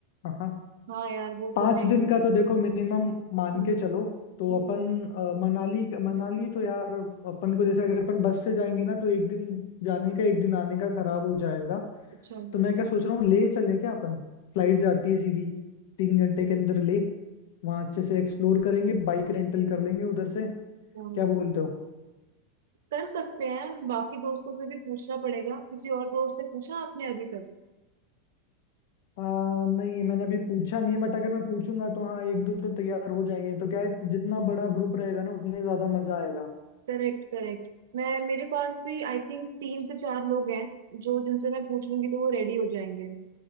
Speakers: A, on the left; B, on the right.
A: हाँ हाँ
B: हाँ यार वो
A: पाँच
B: तो है ही
A: दिन का तो देखो मिनिमम मान
B: हम्म
A: के चलो तो
B: हम्म
A: अपन अ, मनाली मनाली तो यार अपन को जैसे अगर अपन बस से जाएंगे ना तो एक दिन जाने का एक दिन आने का खराब हो जाएगा
B: अच्छा
A: तो मैं क्या सोच रहा हूँ ले चलें क्या अपन फ्लाइट जाती है सीधी तीन घंटे के अंदर ले वहां अच्छे से एक्सप्लोर करेंगे बाइक रेंटल कर लेंगे उधर से
B: हाँ
A: क्या बोलते हो
B: कर सकते हैं बाकी दोस्तों से भी पूछना पड़ेगा किसी और दोस्त से पूछा आपने अभी तक
A: आ, नहीं मैंने अभी पूछा नहीं है बट अगर मैं पूछूंगा तो हाँ एक दो तो तैयार हो जाएंगे तो क्या है जितना बड़ा ग्रुप रहेगा ना उतने ज्यादा मजा आएगा
B: Correct correct मैं मेरे पास भी आई थिंक तीन से चार लोग हैं जो जिनसे मैं पूछ लूंगी तो वो रेडी हो जाएंगे